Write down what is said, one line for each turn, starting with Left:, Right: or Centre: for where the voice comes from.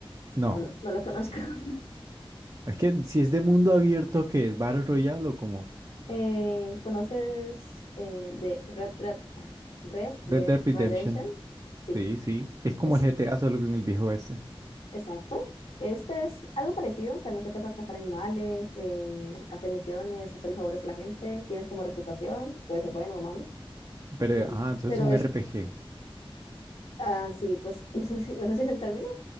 Right: No,
Left: no, lo no lo conozco. <laughs>
Right: es que si es de mundo abierto, ¿qué es? ¿Battle Royale o como?
Left: Eh, ¿conoces eh, de Red, Red, Red Dead
Right: Red Dead Redemption.
Left: Redemption? Sí,
Right: Sí, sí. Es como
Left: es,
Right: el GTA, solo que en el viejo este.
Left: Exacto. Este es algo parecido. También te toca cazar animales, em, hacer misiones, hacer los favores a la gente. Tienes como reputación, puede ser bueno o malo.
Right: Pero,
Left: Mm,
Right: ah, entonces
Left: Pero
Right: es un
Left: es,
Right: RPG.
Left: ah, sí, pues <laughs> no sé si, no sé si es el término,